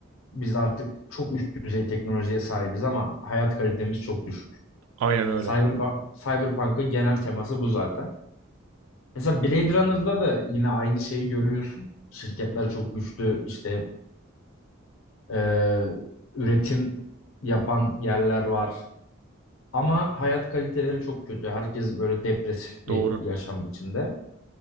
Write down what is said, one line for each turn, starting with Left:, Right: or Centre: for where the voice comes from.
Left: biz artık çok üst düzey teknolojiye sahibiz ama hayat kalitemiz çok düşük.
Right: Aynen öyle.
Left: Cyberba- Cyberpunk'ın genel teması bu zaten. Mesela Blade Runner'da da yine aynı şeyi görüyorsun. Şirketler çok güçlü işte e, üretim yapan yerler var. Ama hayat kaliteleri çok kötü. Herkes böyle depresif bir
Right: Doğru.
Left: yaşam içinde.